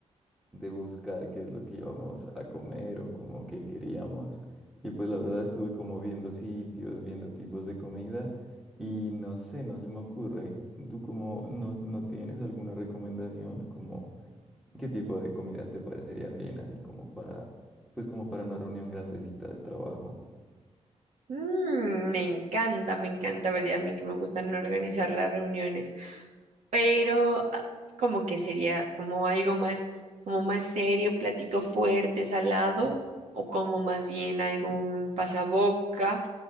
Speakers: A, in the centre; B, on the right.
A: de buscar qué es lo que íbamos a comer o como que queríamos. Y pues la verdad estuve como viendo sitios, viendo tipos de comida y no sé, no se me ocurre. ¿Tú como no, no tienes alguna recomendación como qué tipo de comida te parecería bien así como para pues como para una reunión grandecita de trabajo?
B: Mm, me encanta, me encanta, ¿verdad? A mí que me gustan organizar las reuniones, pero ah, como que sería como algo más, como más serio, platico fuerte, salado, o como más bien algo un pasaboca,